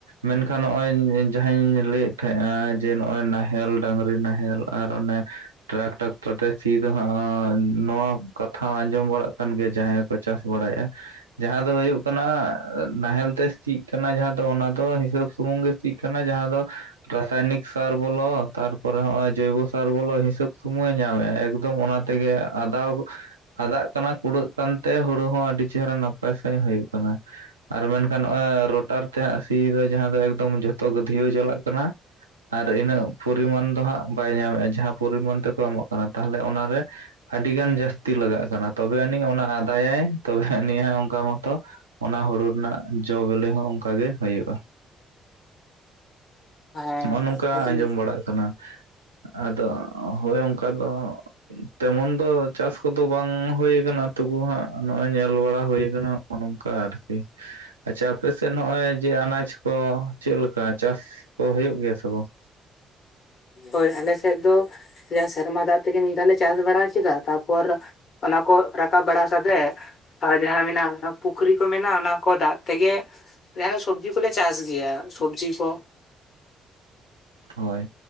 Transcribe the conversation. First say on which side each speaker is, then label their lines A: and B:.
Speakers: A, on the right (about 85°); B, on the left (about 50°).
A: ᱢᱮᱱᱠᱷᱟᱱ ᱱᱚᱜ-ᱚᱭ ᱡᱟᱦᱟᱸᱧ ᱞᱟᱹᱭᱮᱫ ᱛᱟᱦᱮᱜ-ᱟ ᱡᱮ ᱱᱚᱜ-ᱚᱭ ᱱᱟᱦᱮᱞ ᱰᱟᱝᱨᱤ ᱱᱟᱦᱮᱞ ᱟᱨ ᱚᱱᱮ ᱴᱨᱟᱠᱴᱚᱨ ᱠᱚ ᱛᱮ ᱥᱤ ᱫᱚ ᱦᱟᱸᱜ ᱱᱚᱣᱟ ᱠᱟᱛᱷᱟ ᱟᱸᱡᱚᱢ ᱵᱟᱲᱟᱜ ᱠᱟᱱ ᱜᱮᱭᱟ, ᱡᱟᱦᱟᱸᱭ ᱠᱚ ᱪᱟᱥ ᱵᱟᱲᱟᱭᱮᱜ-ᱟ᱾ ᱡᱟᱦᱟᱸ ᱫᱚ ᱦᱩᱭᱩᱜ ᱠᱟᱱᱟ ᱱᱟᱦᱮᱞ ᱛᱮ ᱥᱤᱜ ᱠᱟᱱᱟ ᱡᱟᱦᱟᱸ ᱫᱚ ᱚᱱᱟ ᱫᱚ ᱦᱤᱥᱟᱹᱵ ᱥᱩᱢᱩᱝ ᱜᱮ ᱥᱤᱜ ᱠᱟᱱᱟ, ᱡᱟᱦᱟᱸ ᱫᱚ ᱨᱟᱥᱟᱭᱱᱤᱠ ᱥᱟᱨ ᱵᱚᱞᱚ ᱛᱟᱨᱯᱚᱨᱮ ᱦᱚᱜ-ᱚᱭ ᱡᱚᱭᱵᱚ ᱥᱟᱨ ᱵᱚᱞᱚ ᱦᱤᱥᱟᱹᱵ ᱥᱩᱢᱩᱝ ᱮ ᱧᱟᱢᱮᱜ-ᱟᱭ ᱮᱠᱫᱚᱢ ᱚᱱᱟ ᱛᱮᱜᱮ ᱟᱫᱟᱣ ᱟᱫᱟᱜ ᱠᱟᱱᱟ ᱠᱩᱲᱟᱹᱜ ᱠᱟᱱᱛᱮ ᱛᱮ ᱦᱳᱲᱩ ᱦᱚᱸ ᱟᱹᱰᱤ ᱪᱮᱦᱨᱟ ᱱᱟᱯᱟᱭ ᱥᱟᱹᱦᱤᱡ ᱦᱩᱭᱩᱜ ᱠᱟᱱᱟ᱾ ᱟᱨ ᱢᱮᱱᱠᱷᱟᱱ ᱱᱚᱜᱼᱚᱭ ᱨᱳᱴᱟᱨ ᱛᱮ ᱦᱟᱸᱜ ᱥᱤ ᱫᱚ ᱡᱟᱦᱟᱸ ᱫᱚ ᱮᱠᱫᱚᱢ ᱡᱷᱚᱛᱚ ᱜᱟᱹᱫᱷᱭᱟᱹᱣ ᱪᱟᱞᱟᱜ ᱠᱟᱱᱟ᱾ ᱟᱨ ᱤᱱᱟᱹᱜ ᱯᱚᱨᱤᱢᱟᱱ ᱫᱚ ᱦᱟᱸᱜ ᱵᱟᱭ ᱧᱟᱢᱮᱫᱼᱟ ᱡᱟᱦᱟᱸ ᱯᱚᱨᱤᱢᱟᱱ ᱛᱮᱠᱚ ᱮᱢᱚᱜ ᱠᱟᱱᱟ ᱛᱟᱦᱚᱞᱮ ᱚᱱᱟᱨᱮ ᱟᱹᱰᱤᱜᱟᱱ ᱡᱟᱹᱥᱛᱤ ᱞᱟᱜᱟᱜ ᱠᱟᱱᱟ ᱛᱚᱵᱮ ᱟᱹᱱᱤᱡ ᱚᱱᱟ ᱟ ᱫᱟᱭᱟᱭ ᱛᱚᱵᱮ ᱟᱱᱤᱡ ᱦᱟᱸᱜ ᱚᱱᱠᱟ ᱢᱚᱛᱚ ᱚᱱᱟ ᱦᱩᱲᱩ ᱨᱮᱱᱟᱜ ᱡᱚ ᱵᱮᱞᱮ ᱦᱚᱸ ᱚᱱᱠᱟᱜᱮ ᱦᱩᱭᱩᱜᱼᱟ᱾
B: ᱦᱮᱸ
A: ᱦᱚᱸᱜᱼᱚ ᱱᱚᱝᱠᱟ
B: ᱟᱹᱰᱤ
A: ᱟᱸᱡᱚᱢ ᱵᱟᱲᱟᱜ ᱠᱟᱱᱟ᱾ ᱟᱫᱚ ᱦᱳᱭ ᱚᱱᱠᱟ ᱫᱚ ᱛᱮᱢᱚᱱ ᱫᱚ ᱪᱟᱥ ᱠᱚᱫᱚ ᱵᱟᱝ ᱦᱳᱭ ᱠᱟᱱᱟ ᱛᱚᱵᱩ ᱦᱟᱸᱜ ᱱᱚᱜᱼᱚᱭ ᱧᱮᱞ ᱵᱟᱲᱟ ᱦᱩᱭ ᱟᱠᱟᱱᱟ ᱦᱚᱸᱜᱼᱚ ᱱᱚᱝᱠᱟ ᱟᱨᱠᱤ᱾ ᱟᱪᱪᱷᱟ ᱟᱯᱮ ᱥᱮᱫ ᱱᱚᱜᱼᱚᱭ ᱡᱮ ᱟᱱᱟᱡ ᱠᱚ ᱪᱮᱫ ᱞᱮᱠᱟ ᱪᱟᱥ ᱠᱚ ᱦᱩᱭᱩᱜ ᱜᱮᱭᱟ ᱥᱮ ᱵᱟᱝ?
B: ᱦᱳᱭ ᱟᱞᱮ ᱥᱮᱫ ᱫᱚ ᱡᱟ ᱥᱮᱨᱢᱟ ᱫᱟᱜ ᱛᱮᱜᱮ ᱢᱤᱫ ᱫᱷᱟᱣ ᱞᱮ ᱪᱟᱥ ᱵᱟᱲᱟ ᱠᱮᱫᱟ ᱛᱟᱯᱚᱨ ᱚᱱᱟ ᱠᱚ ᱨᱟᱠᱟᱵ ᱵᱟᱲᱟ ᱠᱟᱛᱮ ᱟᱨ ᱡᱟᱦᱟᱸ ᱢᱮᱱᱟᱜᱼᱟ ᱯᱩᱠᱷᱨᱤ ᱠᱚ ᱢᱮᱱᱟᱜᱼᱟ ᱚᱱᱟ ᱠᱚ ᱫᱟᱜ ᱛᱮᱜᱮ ᱡᱟᱦᱟᱱᱟᱜ ᱥᱚᱵᱽᱡᱤ ᱠᱚᱞᱮ ᱪᱟᱥ ᱜᱮᱭᱟ ᱥᱚᱵᱽᱡᱤ ᱠᱚ
A: ᱦᱳᱭ